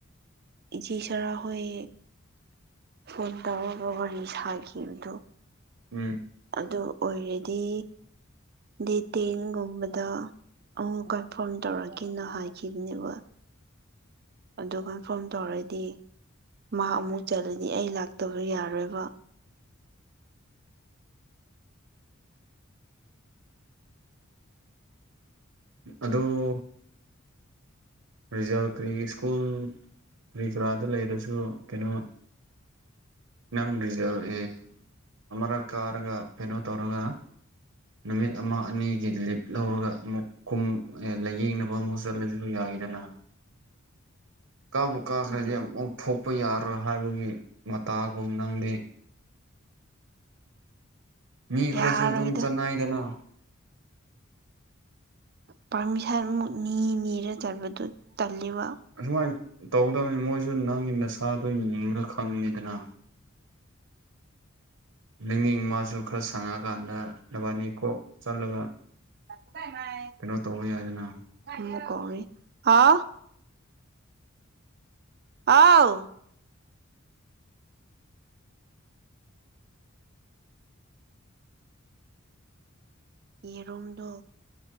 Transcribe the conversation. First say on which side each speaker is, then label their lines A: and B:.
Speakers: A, on the right (about 50°); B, on the right (about 75°).
A: ꯏꯆꯦ ꯁꯔꯥ ꯍꯣꯢ ꯐꯣꯟ ꯇꯧꯔꯒ ꯋꯥꯔꯤ ꯁꯥꯒꯤꯕꯗꯣ
B: ꯎꯝ
A: ꯑꯗꯨ ꯑꯣꯏꯔꯗꯤ꯫ ꯗꯦꯠ ꯇꯦꯟꯒꯨꯝꯕꯗ ꯑꯃꯨꯛ ꯀꯥꯔꯐꯥꯝ ꯇꯧꯔꯛꯀꯦꯅ ꯍꯥꯏꯈꯤꯕꯅꯦꯕ꯫ ꯑꯗꯨ ꯀꯔꯐꯥꯝ ꯇꯧꯔꯗꯤ ꯃꯥ ꯑꯃꯨꯛ ꯆꯠꯂꯅꯤ ꯑꯩ ꯂꯥꯛꯇꯕ ꯌꯥꯔꯣꯏꯕ꯫
B: ꯑꯗꯣ ꯔꯤꯖꯜ ꯀꯔꯤ ꯁ꯭ꯀꯨꯜ ꯀꯔꯤ ꯀꯔꯥꯗ ꯂꯩꯔꯁꯨ ꯀꯩꯅꯣ ꯅꯪ ꯔꯤꯖꯜ ꯑꯦ ꯑꯃꯔꯛ ꯀꯥꯔꯒ ꯀꯩꯅꯣ ꯇꯧꯔꯒ ꯅꯨꯃꯤꯠ ꯑꯃ ꯑꯅꯤꯒꯤ ꯂꯤꯞ ꯂꯧꯔꯒ ꯑꯃꯨꯛ ꯀꯨꯝ ꯂꯥꯏꯌꯦꯡꯅꯕ ꯑꯃꯨꯛ ꯆꯠꯂꯁꯨ ꯌꯥꯏꯌꯦꯗꯅ꯫ ꯀꯥꯕꯨ ꯀꯥꯈ꯭ꯔꯗꯤ
A: ꯑꯗꯨ
B: ꯑꯃꯨꯛ ꯊꯣꯛꯄ ꯌꯥꯔꯣꯏ ꯍꯥꯏꯕꯒꯤ ꯃꯇꯥꯒꯨꯝ ꯅꯪꯗꯤ ꯃꯤ ꯈꯔꯁꯨ
A: ꯌꯥꯔꯣꯏꯗ
B: ꯑꯗꯨꯝ ꯆꯠꯅꯩꯗꯅ꯫
A: ꯄꯥꯔꯃꯤꯁꯟꯃꯨꯛ ꯅꯤ ꯅꯤꯔ ꯆꯠꯄꯗꯨ ꯇꯜꯂꯦꯕ꯫
B: ꯑꯁꯨꯃꯥꯏ ꯇꯧꯒꯗꯕꯅꯦ ꯃꯣꯏꯁꯨ ꯅꯪꯒꯤ ꯅꯁꯥꯗꯣ ꯌꯦꯡꯉꯥꯒ ꯈꯪꯅꯤꯗꯅ꯫ ꯅꯪꯒꯤ ꯏꯃꯥꯁꯨ ꯈꯔ ꯁꯪꯑꯀꯥꯟꯗ ꯅꯕꯥꯅꯤ ꯀꯣꯛ ꯆꯠꯂꯒ
A: <unintelligible>
B: ꯀꯩꯅꯣ ꯇꯧꯕ ꯌꯥꯏꯗꯅ꯫
A: ꯑꯃꯨꯛ ꯀꯧꯔꯤ ꯍꯥꯎ ꯍꯥꯎ ꯌꯦꯔꯨꯝꯗꯣ